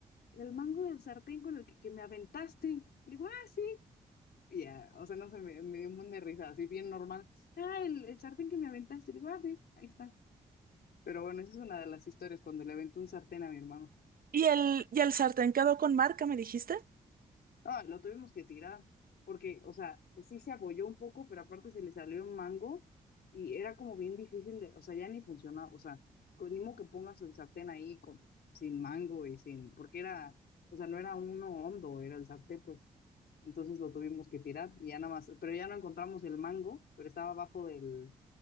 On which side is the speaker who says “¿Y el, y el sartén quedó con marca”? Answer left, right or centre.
Right